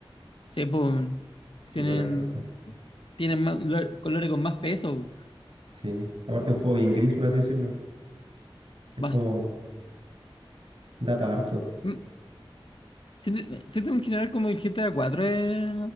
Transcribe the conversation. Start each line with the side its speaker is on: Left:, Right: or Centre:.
Left: Sí, pues,
Right: Sí,
Left: tienen
Right: otra cosa.
Left: tienen más, lo- colores con más peso.
Right: Sí. Aparte un juego bien gris, por así decirlo. Es
Left: Más,
Right: como Da para harto.
Left: Mm, siento, siento en general como el GTA 4 es,